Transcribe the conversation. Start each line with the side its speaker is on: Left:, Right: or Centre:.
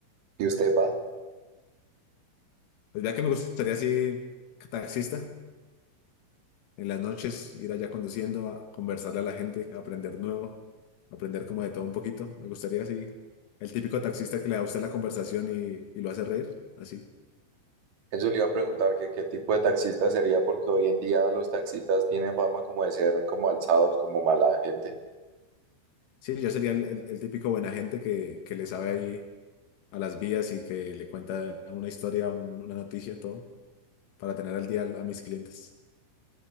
Right: ¿Y usted va?
Left: pues ya que me gustaría así taxista. En las noches ir allá conduciendo, a conversarle a la gente, a aprender nuevo, aprender como de todo un poquito. Me gustaría así, el típico taxista que le da a usted la conversación y, y lo hace reír, así.
Right: Eso le iba a preguntar que qué tipo de taxista sería, porque hoy en día los taxistas tienen fama como de ser como alzados, como mala gente.
Left: Sí, yo sería el, el- el típico buena gente que, que le sabe ahí a las vías y que le cuenta una historia, un- una noticia, todo, para tener al día a mis clientes.